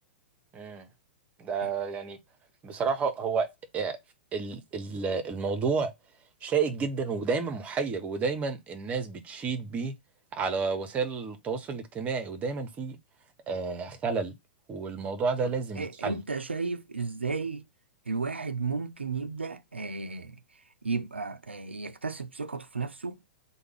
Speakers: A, on the right; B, on the right.
A: امم ده
B: اه
A: يعني بصراحة هو آه، ال- ال- الموضوع شائك جدا ودايما محير ودايما الناس بتشيد بيه على وسائل التواصل الاجتماعي ودايما في آه، خلل والموضوع ده
B: طب
A: لازم
B: آه،
A: يتحل
B: انت شايف ازاي الواحد ممكن يبدأ آه، يبقى آه، يكتسب ثقته في نفسه